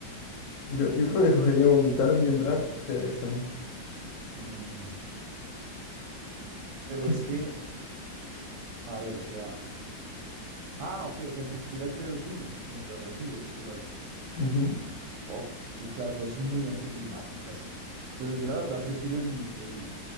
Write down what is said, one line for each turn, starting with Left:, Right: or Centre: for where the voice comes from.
Left: Yo, yo creo que escogería vomitar mientras te besan.
Right: Mm, Pero
Left: ¿Qué
Right: es
Left: es?
Right: que, a ver, o sea, ah, ok, o sea, el que se tira el pedo es uno mientras recibe sexo oral.
Left: Ujú.
Right: Oh, es que es- las dos son muy anticlimáticas. Pero yo la verdad prefiero el, el,